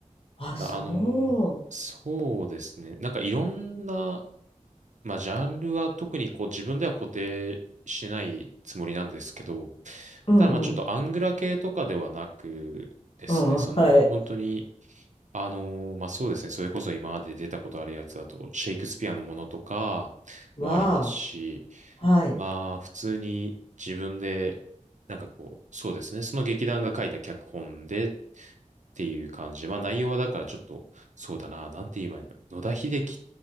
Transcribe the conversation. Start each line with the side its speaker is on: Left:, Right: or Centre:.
Left: あ、
Right: だからあのーそうですね。
Left: そ
Right: なんかいろんなまあ、ジャンルは特にこう自分では固定しないつもりなんですけど、
Left: う。うんうん。
Right: ただまあちょっとアングラ系とかではなくですね、
Left: うん、
Right: その本当に、
Left: はい。
Right: あのーまあそうですね、それこそ今まで出たことあるやつだと、シェイクスピアのものとかもありますし、
Left: わあ。はい。
Right: まあ普通に自分で、なんかこう、そうですね、その劇団が書いた脚本でっていう感じで。まあ内容はだからちょっと、そうだな、なんて言えばいいの。野田秀樹、